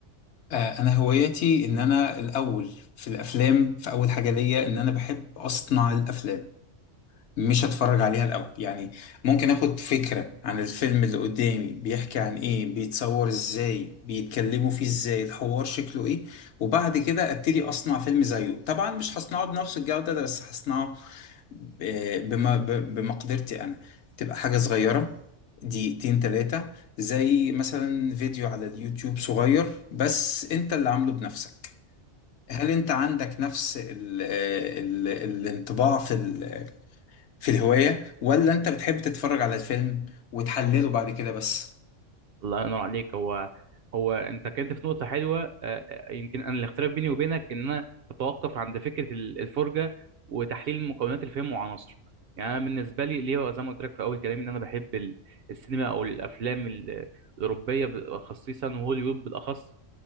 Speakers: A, on the left (about 70°); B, on the right (about 65°).
A: آه، انا هوايتي ان انا الاول في الافلام في اول حاجه ليا ان انا بحب اصنع الافلام مش اتفرج عليها الاول يعني ممكن اخد فكره عن الفيلم اللي قدامي بيحكي عن ايه بيتصور ازاي بيتكلموا فيه ازاي الحوار شكله ايه وبعد كده ابتدي اصنع فيلم زيه طبعا مش هصنعه بنفس الجوده ده بس هصنعه ب- بما ب- بمقدرتي انا تبقى حاجة صغيرة دقيقتين تلاتة زي مثلا فيديو على اليوتيوب صغير بس انت اللي عامله بنفسك هل انت عندك نفس ال ال الانطباع في ال في الهواية ولا انت بتحب تتفرج على الفيلم وتحلله بعد كده بس
B: الله ينور عليك هو هو انت كنت في نقطه حلوه آه، آه، يمكن انا الاختلاف بيني وبينك ان انا بتوقف عند فكره ال- الفرجه وتحليل مكونات الفيلم وعناصره يعني انا بالنسبه لي ليه زي ما قلت لك في اول كلامي ان انا بحب ال- السينما او الافلام ال- الاوروبيه ب- خصيصا وهوليوود بالاخص